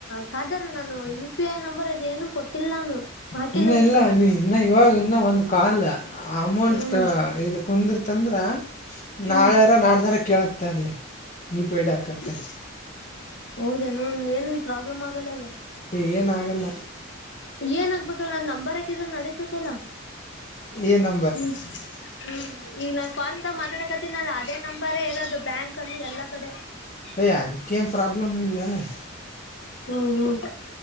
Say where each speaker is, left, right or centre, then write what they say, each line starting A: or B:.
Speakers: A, on the left; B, on the left.
A: ಖಾದರ್ ಅಣ್ಣ ನಾನು ಯು ಪಿ ಐ ನಂಬರ್ ಅದ ಏನು ಕೊಟ್ಟಿಲ್ಲ ನಾನು. ಹಾಕಿಲ್ಲ
B: ಇನ್ನ
A: ಅದಕ್ಕ
B: ಇಲ್ಲ ನೀ ಇನ್ನ ಇವಾಗ ಇನ್ನ ಒಂದ ಕಾಲ್ ಅಮೌಂಟ್
A: ಹ್ಮ್
B: ಇದು ಕುಂದಿರ್ತಂದ್ರೆ
A: ಹ್ಮ್
B: ನಾಳೆರಾ ನಾಡ್ದಾರ ಕೇಳುತ್ತೆ ಅಲ್ಲಿ. ಯು ಫಿ ಐ ಡಿ ಹಾಕನಕೆ
A: ಹ ಹೌದೇನು ಏನ್ ಪ್ರಾಬ್ಲಮ್ ಆಗಲ್ಲಲ್ಲ.
B: ಹ್ಞೂ ಏನಾಗಲ್ಲ
A: ಏನ್ ಆಗ್ಬೇಕ ಹೇಳ ನನ್ ನಂಬರ್ ಹಾಕಿದ್ರೆ ನಡತೈತಿಲ್ಲಾ.
B: ಏನು
A: ಹ್ಮ್. ಹ್ಮ್ ಈಗ ನಾ ಕಾಲ್ ಇದ ಮಾತಾಡಕತೀನಲ್ಲ ಅದೇ ನಂಬರೇ ಇರೋದು ಬ್ಯಾಂಕ್ ಅಲ್ಲಿ ಎಲ್ಲಾ ಕಡೆ.
B: ಏ ಅದಕ್ಕೇನು ಪ್ರಾಬ್ಲಮ ಇಲ್ಲಲ್ಲ.
A: ಹ್ಮ್ ಹ್ಮ್